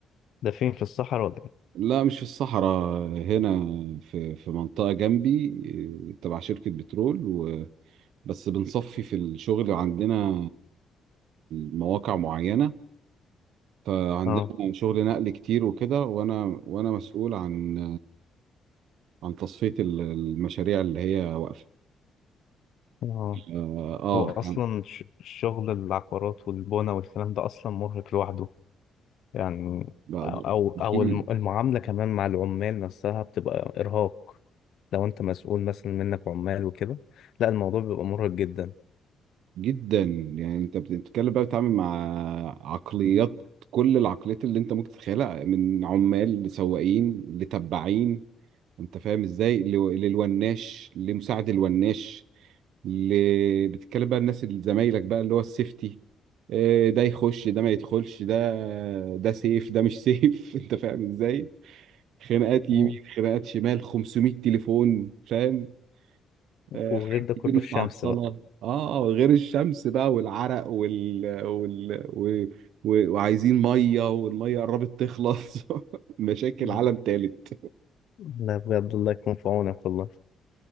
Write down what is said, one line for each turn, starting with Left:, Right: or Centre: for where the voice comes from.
Left: ده فين في الصحراء ولا ايه
Right: لا مش في الصحراء هنا في في منطقه جنبي آه، تبع شركه بترول بس بنصفي في الشغل عندنا مواقع معينة فعندنا
Left: اه
Right: شغل نقل كتير وكده وأنا وأنا مسؤول عن عن تصفية ال- المشاريع اللي هي واقفة
Left: اه
Right: آه آه،
Left: هو اصلا
Right: يعني
Left: ش- الشغل العقارات والبنى والكلام ده اصلا مرهق لوحده يعني
Right: بقدر
Left: او او
Right: كتير
Left: الم- المعامله كمان مع العمال نفسها بتبقى ارهاق لو انت مسؤول مثلا منك عمال وكده لا الموضوع بيبقى مرهق جدا
Right: جدا يعني أنت بتتكلم بقى بتتعامل مع عقليات كل العقليات اللي أنت ممكن تتخيلها من عمال لسواقين لتبعين أنت فاهم إزاي ل- للوناش لمساعد الوناش اللي بتتكلم بقى الناس اللي زمايلك بقى اللي هو السيفتي آه، ده يخش ده ما يدخلش ده ده سيف ده مش سيف <laughs> انت فاهم ازاي خناقات يمين
Left: آه،
Right: خناقات شمال 500 تليفون فاهم آه،
Left: وغير
Right: حاجات
Left: ده كله
Right: كتير متعطلة
Left: الشمس بقى
Right: اه غير الشمس بقى والعرق وال... وال... و... و... وعايزين مية والمية قربت تخلص <laughs> مشاكل
Left: مم.
Right: عالم تالت
Left: لا بجد الله يكون في عونك والله